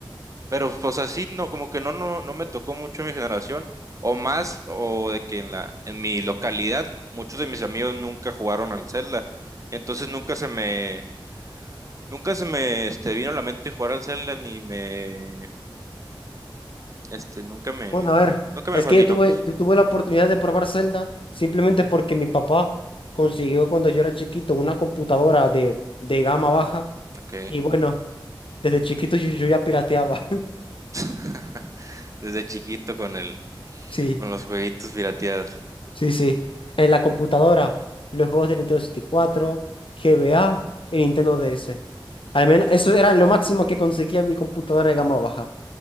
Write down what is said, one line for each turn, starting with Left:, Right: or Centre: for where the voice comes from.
Right: Pero pues así no, como que no, no, no me tocó mucho mi generación. O más, o de que en la, en mi localidad, muchos de mis amigos nunca jugaron al Zelda. Entonces nunca se me, nunca se me este, vino a la mente jugar al Zelda ni me Este, nunca me,
Left: Bueno, a ver,
Right: nunca me
Left: es
Right: fascinó,
Left: que yo tuve,
Right: pues.
Left: yo tuve la oportunidad de probar Zelda simplemente porque mi papá consiguió cuando yo era chiquito una computadora de, de gama baja
Right: Ok.
Left: y bueno, desde chiquito yo, yo ya pirateaba. <laughs>
Right: <laughs> Desde chiquito con el,
Left: Sí,
Right: con los jueguitos pirateados.
Left: sí, sí. En la computadora, los juegos de Nintendo 64, GBA y Nintendo DS. Al menos eso era lo máximo que conseguía mi computadora de gama baja.